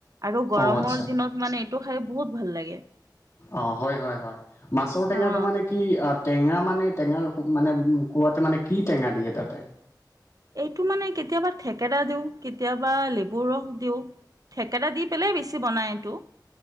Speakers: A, on the right; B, on the left.
A: আৰু গৰমৰ
B: অ আচ্ছা
A: দিনত মানে এইটো খায় বহুত ভাল লাগে।
B: অ হয় হয় হয়। মাছৰ টেঙাটো
A: অ',
B: মানে কি আ টেঙা মানে টেঙা মানে কোৱাতে মানে কি টেঙা দিয়ে তাতে?
A: এইটো মানে কেতিয়াবা থেকেৰা দিওঁ, কেতিয়াবা লেবুৰ ৰস দিওঁ। থেকেৰা দি পেলাই বেছি বনায় এইটো।